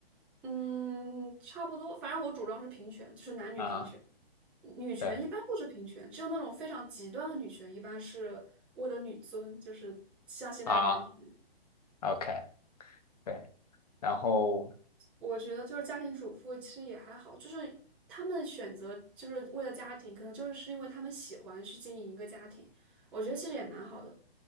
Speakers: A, in the centre; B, on the left.
A: 嗯，差不多，反正我主张是平权，就是男女平权。
B: 啊。
A: 女权一般都是平权，
B: 对
A: 只有那种非常极端的女权，一般是为了女尊，就是像现在的男权。
B: 啊，OK，对，然后
A: 我觉得就是家庭主妇其实也还好，就是他们选择就是为了家庭，可能就是是因为他们喜欢去经营一个家庭，我觉得其实也蛮好的。